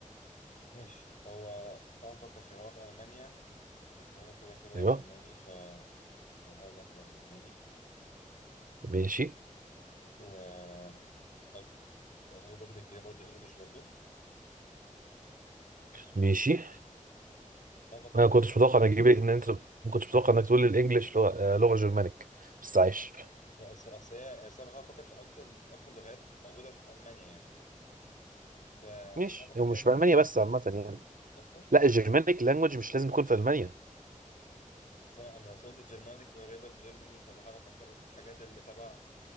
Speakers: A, on the left; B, on the right.
A: ماشي هو تعال نفكر فيه هما في ألمانيا بيتكلموا كده كده
B: ايوه
A: ألماني ف يعني هتبقى أول واحدة ألماني
B: ماشي
A: و أك- أعتقد برضه بيتكلموا برضه إنجلش برضه
B: ماشي
A: تعال نفكر
B: انا
A: فيها
B: كنتش
A: بقى يعني
B: متوقع انك تجيب ان انت ما كنتش متوقع انك تقول الانجليش لغه آه، لغه جرمانيك بس عايش
A: لا أس- أصل هي أصل أنا بحاول أفكر في أكتر أكتر لغات موجودة في ألمانيا يعني فتعال
B: ماشي
A: نفكر
B: هو
A: فيها
B: مش
A: برضه
B: في المانيا بس عامه يعني
A: أصلا
B: لا الجرمانيك لانجوج مش لازم تكون في المانيا
A: بس أنا أنا سولت الجرمانيك قريبة لجيرماني فبحاول أفكر الحاجات اللي تبع